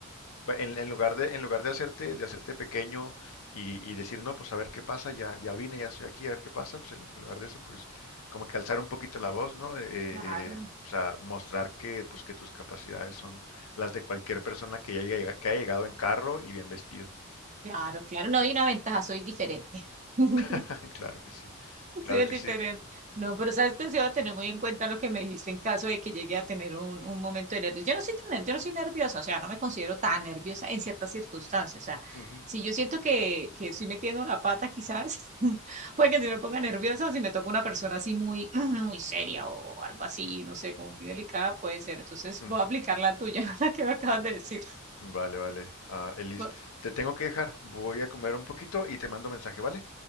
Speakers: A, on the left; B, on the right.
A: va, en, en lugar de en lugar de hacerte de hacerte pequeño y, y decir no, pues a ver qué pasa, ya ya vine, ya estoy aquí, a ver qué pasa, pues en lugar de eso, pues como que alzar un poquito la voz, ¿no? Eh, eh,
B: Claro,
A: eh, o sea, mostrar que pues que tus capacidades son las de cualquier persona que, ya haya, llega- que haya llegado en carro y bien vestido.
B: claro, claro. No hay una ventaja, soy diferente. <laughs>
A: <laughs> Claro que sí,
B: <laughs>
A: claro
B: Sí, es
A: que
B: diferente.
A: sí.
B: No, pero sabes que sí voy a tener muy en cuenta lo que me dijiste en caso de que llegue a tener un, un momento de nervios. Yo no soy tan, ner- yo no soy nerviosa, o sea, no me considero tan nerviosa en ciertas circunstancias. O sea,
A: Ujú,
B: si yo siento que, que estoy metiendo la pata, quizás <laughs> puede que si me ponga nerviosa o si me toca una persona así muy, <clears throat> muy seria o algo así, no sé, como muy delicada, puede ser. Entonces
A: ujú.
B: voy a aplicar la tuya, <laughs> la que me acabas de decir.
A: Vale, vale. Ah, Elis,
B: Bueno,
A: te tengo que dejar. Voy a comer un poquito y te mando mensaje, ¿vale?